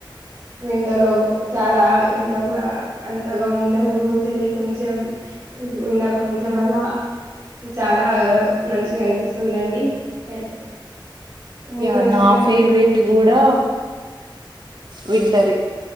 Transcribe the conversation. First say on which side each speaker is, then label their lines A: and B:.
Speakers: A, on the right; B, on the right.
A: వింటర్ లో చాలా ఎండ కూడా అంతగా ఉండదు చలి కొంచెం ఎండా కొంచెం ఏలా చాలా మంచిగా అనిపిస్తుందండి ఏం మీకు
B: యా
A: నచ్చినా
B: నా ఫేవరెట్
A: ఏదేంటి
B: కూడా వింటరే